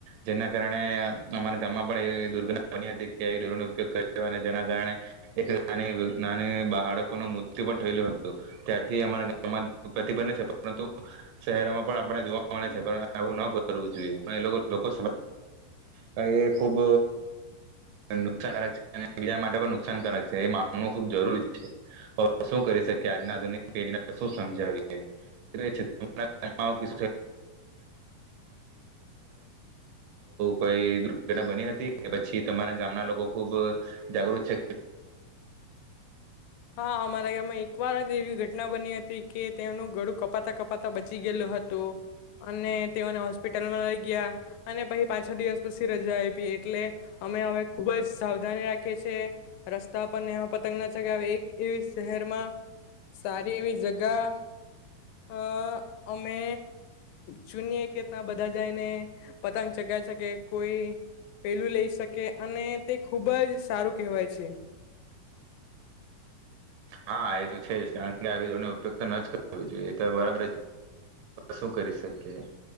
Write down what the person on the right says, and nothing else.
જેના કારણે અમારા ગામમાં પણ એવી દુર્ઘટના બની હતી કે ડોરનો ઉપયોગ કર્યો અને જેના કારણે એક નાની નાની બાળકોનું મૃત્યુ પણ થયેલુ હતુ. ત્યારથી અમારા ગામમાં પ્રતિબંધ છે, પરંતુ શહેરમાં પણ આપણે જોવા મળે છે, પણ આવું ન કરવું જોઈએ પણ એ લોકો એ ખૂબ નુકસાનકારક છે અને બીજા માટે પણ નુકસાનકારક છે એ માનવું ખુબ જરૂરી છે. હ શું કરી શકીએ આજ આધુનિક પેઢીને શું સમજાવીએ થય આવું કોઈ દુર્ઘટના બની હતી કે પછી તમારા ગામના લોકો ખુબ જાગૃત છે.
હા એ તો છે જ કારણ કે આવી જોડ ઉપયોગ તો બીજુ એ તો બરાબર શું કરી શકીએ.